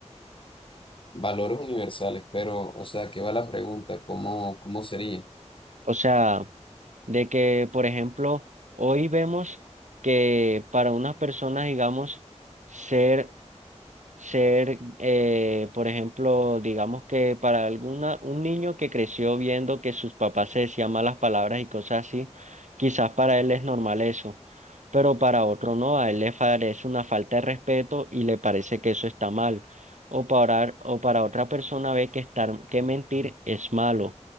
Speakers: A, on the left; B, on the right.
A: Valores universales, pero, o sea, ¿qué va la pregunta? ¿Cómo, cómo sería?
B: O sea, de que, por ejemplo, hoy vemos que para unas personas, digamos, ser ser, eh, por ejemplo, digamos que para alguna, un niño que creció viendo que sus papás se decían malas palabras y cosas así, quizás para él es normal eso, pero para otro no, a él le parece una falta de respeto y le parece que eso está mal. O para, o para otra persona ve que estar, que mentir es malo,